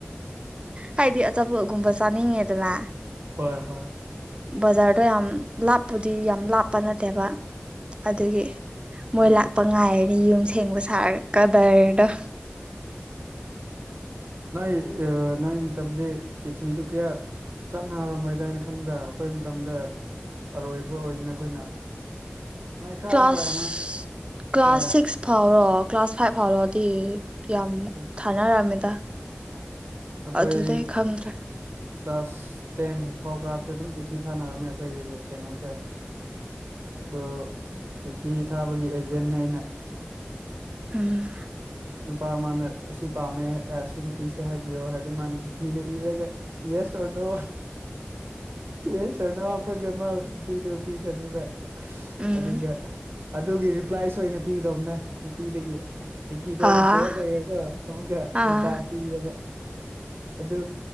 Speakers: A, on the right; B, on the right.
A: ꯍꯥꯏꯗꯤ ꯑꯆꯥꯄꯣꯠꯒꯨꯝꯕ ꯆꯥꯅꯤꯡꯉꯦꯗꯅ
B: ꯍꯣꯏ ꯍꯣꯏ
A: ꯕꯖꯥꯔꯗꯣ ꯌꯥꯝ ꯂꯥꯞꯄꯨꯗꯤ ꯌꯥꯝ ꯂꯥꯞꯄ ꯅꯠꯇꯦꯕ ꯑꯗꯨꯒꯤ ꯃꯣꯏ
B: ꯎꯝ
A: ꯂꯥꯛꯄ ꯉꯥꯏꯔꯅꯤ ꯌꯨꯝ ꯁꯦꯡꯕ ꯁꯥꯔ ꯀꯗꯔꯗ
B: ꯅ ꯑ ꯅꯪ ꯇꯝꯗꯤ ꯆꯤꯊꯤ ꯇꯨ ꯀꯌꯥ ꯆꯠꯅꯔꯝꯃꯣꯏꯗꯥꯏꯅ ꯈꯟꯗ ꯑꯩꯈꯣꯏ ꯃꯇꯝꯗ ꯑꯔꯣꯏꯕ ꯑꯣꯏꯕꯅ ꯑꯩꯈꯣꯏꯅ ꯅꯣꯏ ꯈꯔ
A: ꯀ꯭ꯂꯥꯁ
B: ꯍꯣꯏ ꯑꯉꯥꯡ
A: ꯀ꯭ꯂꯥꯁ
B: ꯍꯣꯏ
A: ꯁꯤꯛꯁ ꯐꯥꯎꯔꯣ ꯀ꯭ꯂꯥꯁ ꯐꯥꯏꯚ ꯐꯥꯎꯔꯣꯗꯤ ꯌꯥꯝ
B: ꯍꯣꯏ
A: ꯊꯥꯅꯔꯝꯃꯤꯗ
B: ꯍꯣꯏ ꯑꯩꯈꯣꯏ
A: ꯑꯗꯨꯗꯩ ꯈꯪꯗ꯭ꯔꯦ
B: ꯀ꯭ꯂꯥꯁ ꯇꯦꯟ ꯐꯥꯎ ꯀꯥꯞꯁꯦ ꯑꯗꯨꯝ ꯆꯤꯊꯤ ꯊꯥꯅꯔꯝꯃꯦ ꯑꯩꯈꯣꯏꯒꯤ ꯀꯩꯅꯣꯁꯦ ꯑꯗꯣ ꯆꯤꯊꯤ ꯊꯥꯕꯒꯤ ꯑꯦꯖꯦꯟꯅ ꯑꯩꯅ
A: ꯎꯝ
B: ꯅꯨꯄꯥ ꯃꯥꯅ ꯑꯁꯤ ꯄꯥꯝꯃꯦ ꯑꯁꯤ ꯅꯨꯄꯤꯁꯦ ꯍꯥꯏꯕꯤꯌꯣ ꯍꯥꯏꯔꯗꯤ ꯃꯥꯅ ꯆꯤꯊꯤꯗ ꯏꯔꯒ ꯌꯦ ꯁꯨꯔꯅꯨ ꯑꯦ ꯁꯔꯅ ꯋꯥꯄꯒ ꯑꯃ ꯅꯨꯄꯤꯗꯨ ꯄꯤꯈ꯭ꯔꯅꯤꯕ
A: ꯎꯝ
B: ꯑꯗꯨꯒ ꯑꯗꯨꯒꯤ ꯔꯤꯄ꯭ꯂꯥꯏꯁꯨ ꯑꯣꯏꯅ ꯄꯤꯗꯧꯝꯅꯦ ꯅꯨꯄꯤꯗꯒꯤ ꯆꯤꯊꯤꯗ ꯑꯣꯏꯅ
A: ꯑꯥ
B: ꯄꯨꯔꯛꯂꯒꯦꯀꯣ ꯑꯃꯨꯛꯀ
A: ꯑꯥ
B: ꯅꯨꯄꯥ ꯄꯤꯗꯕ ꯑꯗꯨ